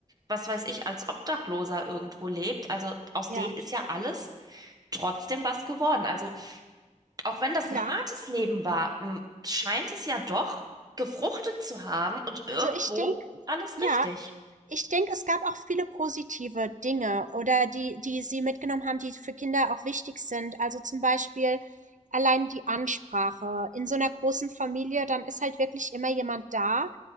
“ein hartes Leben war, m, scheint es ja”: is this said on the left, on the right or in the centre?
Right